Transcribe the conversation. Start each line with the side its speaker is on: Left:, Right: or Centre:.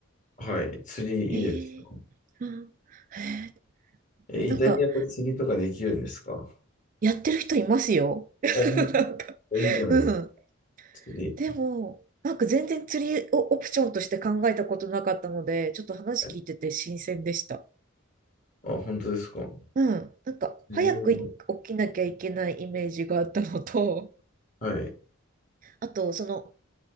Left: はい。釣りいいですよ。
Right: へえ。うん。へえ。
Left: え、イタリアで釣りとかできるんですか
Right: なんか、やってる人いますよ。<laughs>
Left: あ、ほんと、いいじゃないですか。
Right: うん。
Left: 釣り。
Right: でも、なんか全然釣りをオプションとして考えたことなかったので、ちょっと話聞いてて新鮮でした。
Left: はいあ、本当ですか。
Right: うん。なんか、
Left: 釣りを、
Right: 早く起きなきゃいけないイメージがあったのと、
Left: はい、
Right: あと、その、